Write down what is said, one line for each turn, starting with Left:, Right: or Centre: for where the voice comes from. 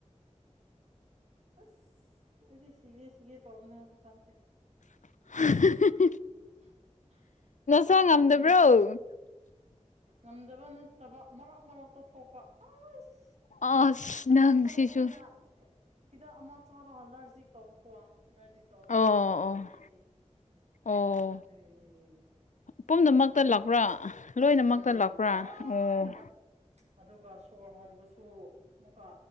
Right: ꯑꯁ ꯏꯗꯤ ꯁꯤꯦ ꯁꯤꯦ ꯇꯣꯅ ꯍꯧꯖꯤꯦ ꯀꯥꯟꯁꯦ
Left: <unintelligible>
Right: <unintelligible>
Left: ꯆꯉꯝꯗꯕ꯭ꯔꯣ
Right: ꯈꯪꯗꯔꯦ ꯉꯝꯗꯕ ꯅꯠꯇꯕ ꯃꯔꯥꯛ ꯃꯔꯥꯛꯛꯇ ꯊꯣꯛꯄ ꯑꯁ
Left: ꯑꯁ ꯅꯪꯁꯤꯁꯨ
Right: ꯐꯁ ꯇꯥꯏꯝ ꯑꯩꯅ ꯍꯤꯗꯥꯛ ꯑꯃ ꯆꯔꯍꯜꯂꯔ ꯉꯖꯤꯛ ꯇꯧꯕꯔꯀꯣ ꯉꯖꯤꯛ ꯇꯧꯔꯣ
Left: ꯑꯣ
Right: ꯁꯤꯒꯦ ꯇꯧꯕꯅꯦ
Left: ꯑꯣ
Right: ꯑꯩꯗꯤ
Left: ꯑꯣ
Right: ꯎꯝ
Left: ꯄꯨꯝꯅꯃꯛꯇ
Right: ꯎꯝ
Left: ꯂꯥꯛꯄ꯭ꯔꯥ
Right: ꯔꯦ
Left: ꯂꯣꯏꯅꯃꯛꯇ
Right: ꯎꯝ
Left: ꯂꯥꯛꯄ꯭ꯔꯥ
Right: ꯑꯣꯅꯃ
Left: ꯑꯣ
Right: ꯑꯗꯨꯒ ꯁꯣꯔ ꯍꯣꯟꯕꯁꯨ ꯃꯨꯀꯥ